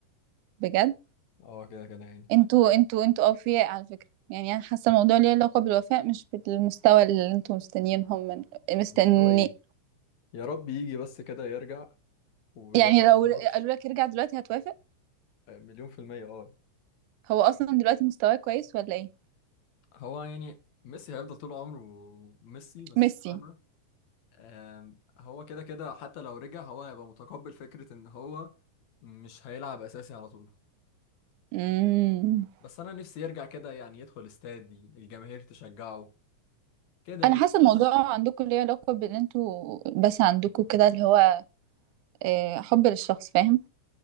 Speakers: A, on the right; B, on the left.
A: بجد
B: اه كده كده يعني
A: انتوا انتوا انتوا اوفياء على فكرة يعني انا حاسة الموضوع ليه علاقة بالوفاء مش بالمستوى اللي انتوا مستنيينهم من مستني
B: مستوى ايه يا رب يجي بس كده يرجع ويلعب
A: يعني لو
B: ماتش
A: قالوا لك ارجع دلوقتي هتوافق
B: آه، مليون في الميه اه
A: هو اصلا دلوقتي مستواه كويس ولا ايه
B: هو يعني ميسي هيفضل طول عمره ميسي بس
A: ميسي
B: فاهمة آم، هو كده كده حتى لو رجع هو هيبقى متقبل فكرة ان هو مش هيلعب اساسي على طول
A: امم
B: بس انا نفسي يرجع كده يعني يدخل استاد الجماهير تشجعه كده
A: انا
B: يعني
A: حاسه الموضوع عندكم ليه علاقه بان انتوا بس عندكم كده اللي هو آه، حب للشخص فاهم